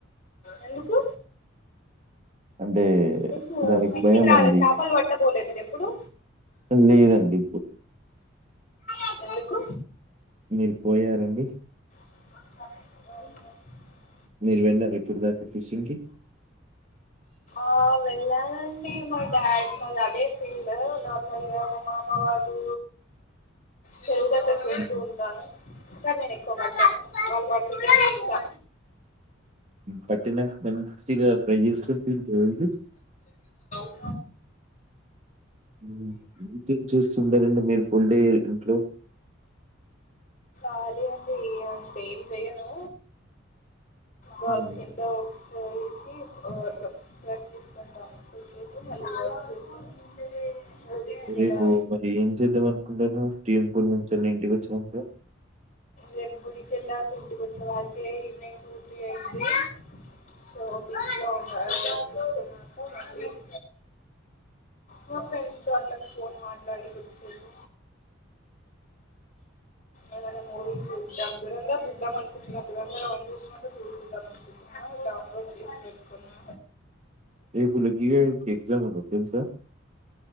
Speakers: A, on the left; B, on the right.
A: ఎందుకు
B: అంటే
A: మీకు
B: దానికి
A: ఫిషింగ్
B: భయం
A: రాదా
B: అండి
A: చేపలు పట్టబోలే మీరు ఎప్పుడు
B: అ లేదండిి
A: ఎందుకు
B: మీరు పోయారండి
A: <inaudible>
B: మీరు వెళ్ళారు ఇప్పుటి దాకా ఫిషింగ్ కి
A: ఆ వెళ్ళానండి మా డాడీనళ్ళ అదే ఫీల్డ్ నార్మల్ గా మా మామ వాళ్ళు చెరువు దగ్గరకు వెళ్తూ
B: హ్మ్.
A: ఉంటాను కానీ నెన్ ఎక్కువ పట్టింపు వాళ్ళు పడ్తుంటే చూస్తా
B: పట్టణం మంచించిగా ప్రజస్ జ
A: అవు
B: హు ఇంకేం చేస్తుంటారండి మీరు ఫుల్ డే ఇంట్లో
A: కాలి అండి ఏం చెయను వర్క్స్
B: హ్మ్.
A: ఇట్ వర్క్ వేసి వ అట్లా రెస్ట్ తీసుకుంటాను కొదిసేపు మళ్ళీ వర్క్ చేసుకొని మూవీస్ లేదా
B: రేపు మరి ఏం చేద్దాం అనుకుంటావ్ టెంపుల్ నుంచి కేళ్ళీ ఇంటికి వచ్చినాక
A: రేపు గుడికి కెల్లాక ఇంటికి వచ్చే వారికిే ఈవినింగ్ టూ త్రీ అయిద్ధి సో <unintelligible> మా ఫ్రెండ్స్ తో అట్లా ఫోన్ మాట్లాడి కొద్దిసేపు ఏమన్నా మూవీ చూద్దాం దురంరం చూద్దాం అనుకుంటున్నా దూరంధం వన్ చూసినక టూ చూద్దాం అనుకుంటున్నా డౌన్లోడ్ చేసి పెట్టుకున్నా
B: రేపు లక్కీ గాడికి ఎగ్జామ్ ఉంది తెలుసా?